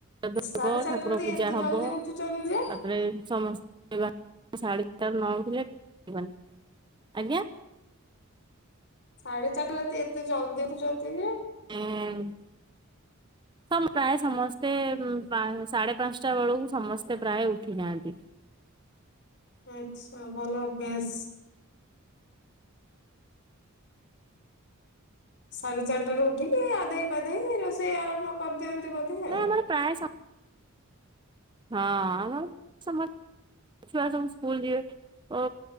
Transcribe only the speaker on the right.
ଚାରିଟା
ହବ
ଠାକୁର
ପୂଜା
ହବ
ତାପରେ
ସମସ୍ତେ <unintelligible> ଆଜ୍ଞା।
ହୁଁ। <unintelligible> ତ ପ୍ରାୟ ସମସ୍ତେ ପା ସାଢେ ପାଞ୍ଚଟା ବେଳକୁ ସମସ୍ତେ ପ୍ରାୟ ଉଠି ଯଆନ୍ତି।
ନା ଆମର ପ୍ରାୟ ସ ହଁ ଆମର ସମସ୍ତ ଛୁଆ ସବୁ ସ୍କୁଲ ଯିବେ